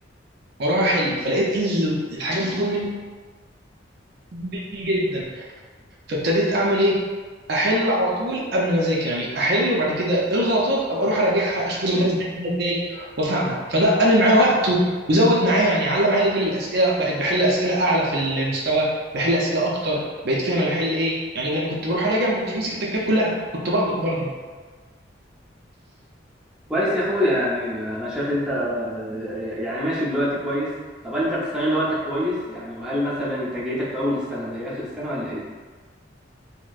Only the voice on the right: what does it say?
واروح احل فلقيت ال- الحاجات بتاخد مني كتير جدا فابتديت اعمل ايه احل على طول قبل ما اذاكر يعني احل وبعد كده الغلطات ابقى اروح اراجعها اشوف المدرس بيحلها ازاي وافهمها فده قلل معايا وقت و- وزود معايا يعني علم معايا ليفل الاسئله بقيت بحل اسئله اعلى في المستوى بحل اسئله اكتر بقيت فاهم انا بحل ايه يعني لما كنت بروح اراجع ما كنتش بمسك التكات كلها كنت بغلط برضو